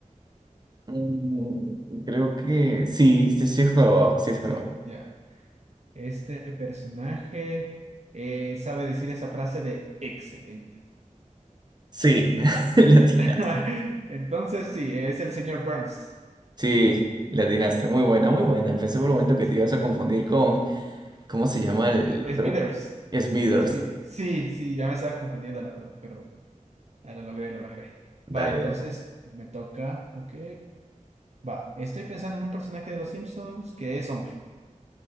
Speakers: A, on the right; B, on the right.
A: Mm, creo que sí, sí, sí es jorobado, sí es jorobado.
B: Sí, ya. Este personaje eh, sabe decir esa frase de excelente.
A: Sí, <laughs> latina.
B: Sí. <laughs> Entonces, sí, es el señor Burns.
A: Sí, la atinaste. Muy buena, muy buena. Pensé por un momento
B: Ah,
A: que
B: sí.
A: te ibas a confundir con, ¿cómo se llama
B: Eh,
A: el, el
B: eh,
A: otro?
B: Smithers.
A: Smithers.
B: Smi- Sí, sí, ya me estaba confundiendo, la verdad, pero ah, lo logré, lo logré.
A: Dale,
B: Va, entonces
A: dale.
B: me toca. Ok. Va, estoy pensando en un personaje de los Simpsons que es hombre.